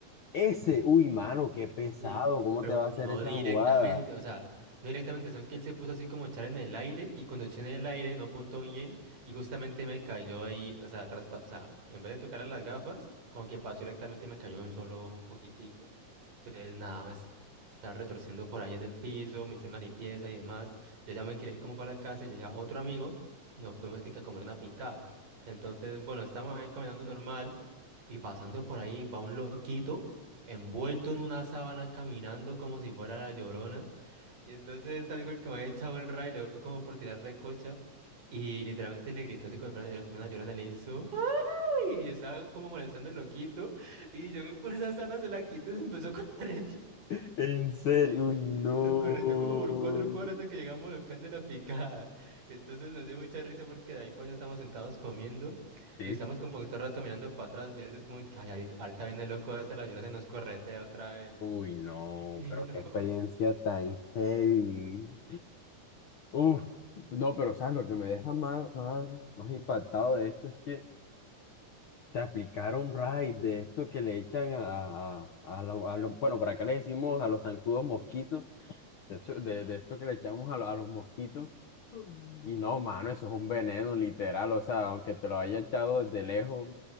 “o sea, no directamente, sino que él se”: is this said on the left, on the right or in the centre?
Right